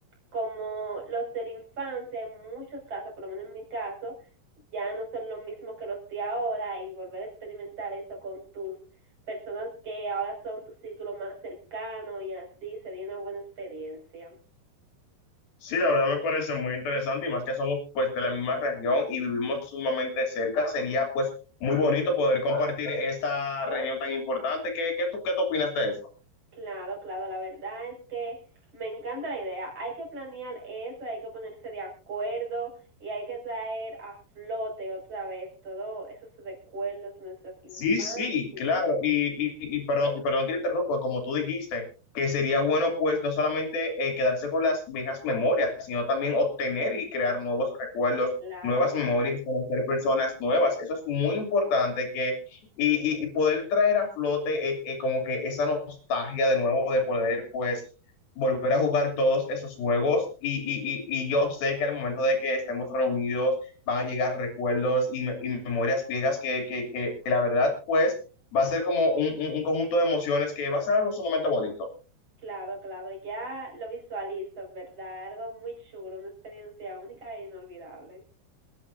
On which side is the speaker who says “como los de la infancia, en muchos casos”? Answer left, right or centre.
Right